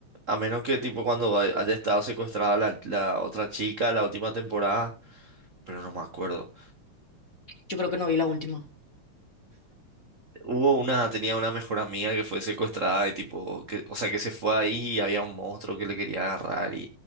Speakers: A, on the right; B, on the left.
A: a menos que, tipo, cuando hay- haya estado secuestrada la, la otra chica la última temporada, pero no me acuerdo.
B: yo creo que no vi la última.
A: Hubo una, tenía una mejor amiga que fue secuestrada y, tipo, que, o sea, que se fue ahí y había un monstruo que le quería agarrar